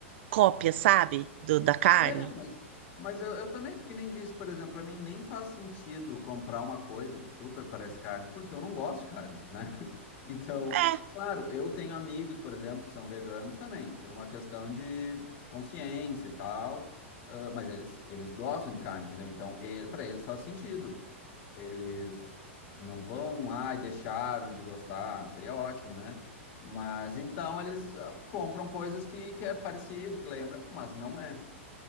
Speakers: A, on the right; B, on the left.
A: cópia, sabe, do, da carne.
B: É, mas, mas eu, eu também, porque nem disse, por exemplo, pra mim nem faz sentido comprar uma coisa que super parece carne, porque eu não gosto de carne, né? <laughs> Então,
A: É,
B: claro, eu tenho amigos, por exemplo, que são veganos também, por uma questão de consciência e tal, ah, mas eles, eles gostam de carne, entendeu? Então, ele, para eles faz sentido. Eles não vão, ai, deixaram de gostar, seria ótimo, né? Mas então eles ah, compram coisas que, que é parecido, que lembra, mas não é.